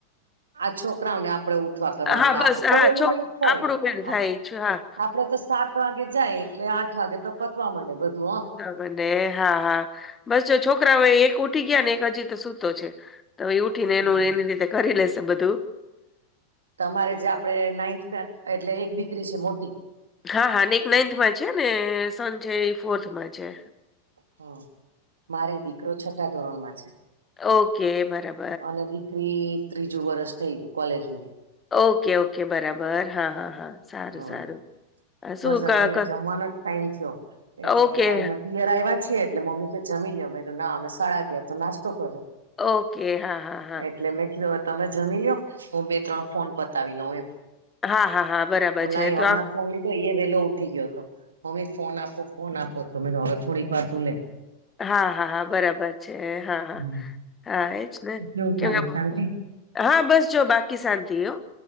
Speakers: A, on the right; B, on the left.
A: આ છોકરાઓને આપડે ઉ ઠવા
B: હા
A: કરવાનું
B: હા
A: હોય આપડું
B: બસ
A: તો
B: હા
A: વેલું
B: ચોક
A: વેલું જ થાય
B: આપડું મેળ
A: આપ
B: થાય છે હા
A: આપડે તો સા ત વાગે જાય એટલે આઠ વાગે તો પતવા માંડે બધું હ
B: બને હા હા બસ જો છોકરા હવે એક ઉઠી ગયા ને એક હજી તો સુ તો છે, તો એ ઉઠી
A: હ
B: ને એનું
A: હમ
B: એની રીતે કરી લેશે બધું
A: તમારે જે આપડે નાઈન્થ એટલે એક દીકરી છે, મોટી
B: હા હા ને એક નાઈન્થમાં છે, ને સન છે, એ ફોર્થમાં છે.
A: હા મારે દીકરો છથા ધોરણમાં છે.
B: ઓકે બરા
A: અને દીકરી ત્રીજું વર્ષ થઈ ગયું કોલેજનું
B: ઓકે ઓકે બરાબર હા હા હા સારું
A: હા
B: સારું અ શું
A: બસ હવે
B: ક
A: અહીંયા
B: ક
A: જમવાનો ટાઈમ થયો એટલે
B: ઓકે,
A: અહિયા પિયર આવ્યા છીએ એટલે મમ્મી કે જમી લ્યો મે ના અમે સાડા અગયાર તો નાસ્તો કર્યો
B: ઓકે. હા, હા, હા.
A: એટલે મેં કીધું તમે જમી લયો હું બે ત્રણ ફોન પતાવી લઉં એમ
B: હા હા હા બરાબર
A: ઓલા
B: છે, તો આ
A: <unintelligible> એ વેલો ઉઠી ગયો તો મમ્મી ફોન આપો ફોન આપો તો મે હવે થોડીક વાર તું લે
B: હા હા હા બરાબર છે, હા હા
A: હમ
B: હા એજ ને
A: કેવું
B: કેમકે
A: ચાલે શાંતિ
B: હા બસ જો બાકી શાંતિ હો